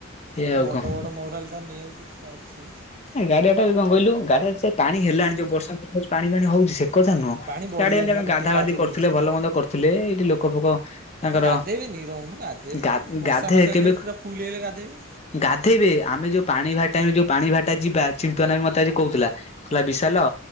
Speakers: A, on the left (about 35°); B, on the right (about 45°).
A: ଏଇଆ ଆଉ
B: ବଡ଼
A: କଣ
B: ବଡ଼ ମହୁରାଳି ଟା ନେଇଆଉଛି ତ ଅଛି।
A: ସେ ଗାଡିଆ ଟା ଯେ କଣ କହିଲୁ ଗାଡିଆରେ ସେ ପାଣି ହେଲାଣି ଯୋଉ ବର୍ଷା ପକାଉଚି ପାଣି ଫାଣି ହଉଛି ସେ ସେକଥା ନୁହଁ
B: ପାଣି ବଢିଲାନି
A: ଗଡ଼ିଆଟା ଆମେ
B: ବା ଗୋଟେ
A: ଗାଧା
B: ପାହାଚ
A: ଗାଧି କରୁଥିଲେ
B: ବୁଡିଛି।
A: ଭଲ ମନ୍ଦ କରୁଥିଲେ ଏଇଠି ଲୋକ ଫୋକ ତାଙ୍କର
B: ଗାଧେଇବେନି ରହୁନୁ ଗାଧେଇବେ
A: ଗା
B: ନା ଆଉ ବର୍ଷା
A: ଗାଧେ
B: ମାସ ହେଇଗଲେ
A: କେବେ
B: ପୁରା ଫୁଲ ହେଇଗଲେ ଗାଧୋଇବେ।
A: ଗାଧେଇବେ ଆମେ ଯୋଉ ପାଣି ଭାର ଟାଇମ୍ ରେ ଯୋଉ ପାଣି ଭାରଟା ଯିବା ଚିନ୍ତ୍ଵଆନା ବି ମତେ ଆଜି କହୁଥିଲା। କଇଲା ବିଶାଲ